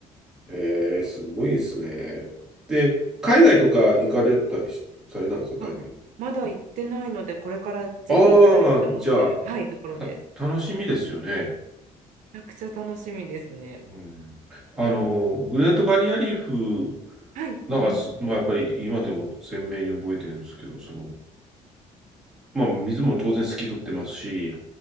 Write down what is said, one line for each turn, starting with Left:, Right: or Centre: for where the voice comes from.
Centre: へえ、すごいですね。で、海外とか行かれたりしされたんですか、ダイビング。
Right: あ、まだ行ってないので、これからぜひ行きたいって思ってる、
Centre: ああ、じゃあ、
Right: はい、ところです。
Centre: た楽しみですよね。
Right: めちゃくちゃ楽しみですね。
Centre: うんあの、
Right: え、
Centre: グレートバリアリーフ
Right: うんはい、
Centre: なんかす、
Right: うん、うん、
Centre: まあ、やっぱり今でも鮮明に覚えてるんですけど、その、まあ、水も当然透き通ってますし、